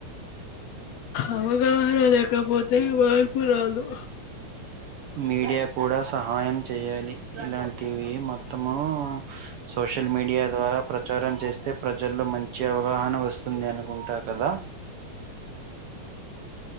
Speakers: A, on the left (about 70°); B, on the right (about 75°).
A: అవగాహన లేకపోతే మార్పు రాదు
B: మీడియా కూడా సహాయం చేయాలి ఇలాంటివి మొత్తము సోషల్ మీడియా ద్వారా ప్రచారం చేస్తే ప్రజల్లో మంచి అవగాహన వస్తుంది అను ఉంటా కదా